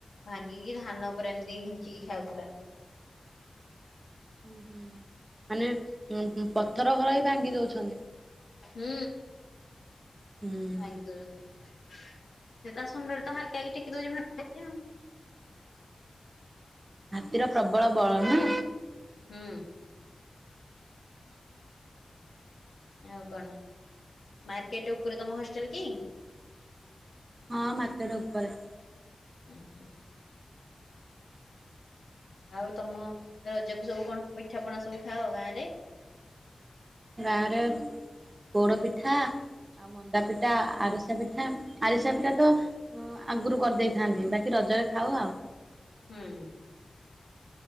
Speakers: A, on the left; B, on the right.
A: ଭାଙ୍ଗିକି ଧାନ ଉପରେ ଏମିତି ଘିଞ୍ଚିକି ଖାଉଥିଲା।
B: ହୁଁ ହୁଁ ମାନେ ଉଁ ଉଁ ପଥର ଘର ବି ଭାଙ୍ଗି ଦଉଛନ୍ତି।
A: ହୁଁ।
B: ହୁଁ।
A: ଭାଙ୍ଗି ଦଉଛନ୍ତି ସେ ତା ଶୁଣ୍ଡରେ ତ ହାଲକା କି ଟେକି ଦଉଛି ଭାଙ୍ଗି ଆଉ।
B: ହାତୀର ପ୍ରବଳ ବଳ ନା।
A: ହୁଁ। ଆଉ କଣ ମାର୍କେଟ ଉପରେ ତମ ହଷ୍ଟେଲ କି?
B: ହଁ ମାର୍କେଟ ଉପରେ।
A: ଉଁ ହୁଁ। ଆଉ ତମ ରଜ କୁ ସବୁ କଣ ପିଠା ପଣା ସବୁ ଖାଅ ଗାଁ ରେ?
B: ଗାଁରେ
A: ହୁଁ
B: ପୋଡ ପିଠା ଆଉ ମଣ୍ଡା ପିଠା ଆରି ଆରିସା ପିଠା ଆରିସା ପିଠା ତ ଉ ଆଗରୁ କରିଦେଇଥାନ୍ତି ବାକି ରଜରେ ଖାଉ ଆଉ।
A: ହୁଁ।